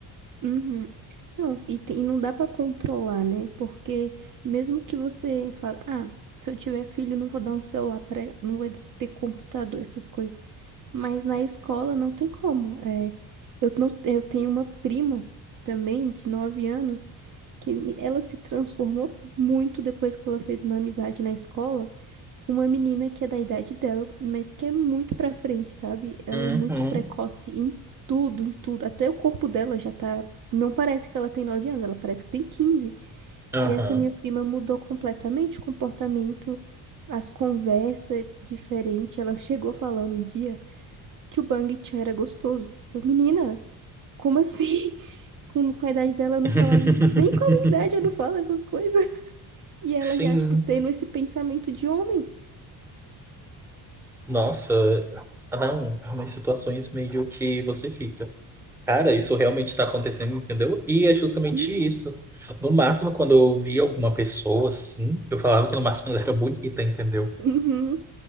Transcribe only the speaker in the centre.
Uhum.
Aham.
<laughs>
Sim.
Nossa, não, é umas situações meio que você fica. Cara, isso realmente está acontecendo, entendeu? E é justamente
isso. No máximo, quando eu via alguma pessoa assim, eu falava que no máximo ela era bonita, entendeu?